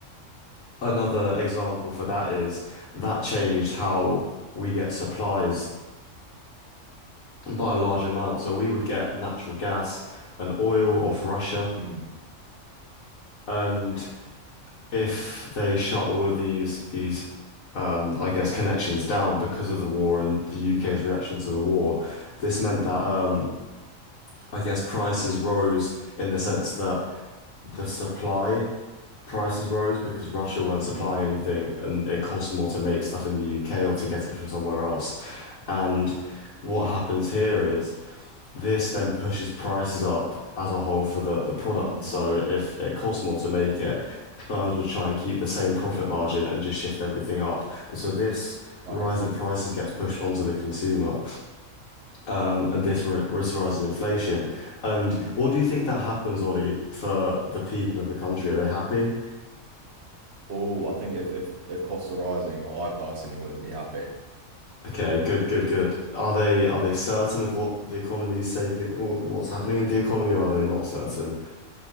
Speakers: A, on the left (about 75°); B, on the right (about 55°).
A: Another example for that is that changed how we get supplies by a large amount. So we would get natural gas and oil off Russia.
B: Mm,
A: And if they shut all of these these um, I guess connections down because of the war and the UK's reaction to the war, this
B: mm,
A: meant that um, I guess prices rose in the sense that the supply prices rose because Russia weren't supplying
B: mm,
A: anything and it cost more to make stuff in the UK or to get it from somewhere else. And what happens here is this then pushes prices up as a whole for the, the product.
B: mm.
A: So if it costs more to make it, firms would try and keep the same profit margin and just shift everything up. And so this
B: Okay.
A: rise in prices gets pushed onto the consumer um, and this ri- this rise inflation. And
B: Mm.
A: what do you think that happens, Ollie, for the people
B: <laughs> Mm.
A: of the country? Are they happy?
B: Oh, I think if if if costs are rising, I personally wouldn't be happy.
A: Okay, good, good, good. Are they are they certain of what the economy is taking, what- what's happening in the economy? Or are they not certain?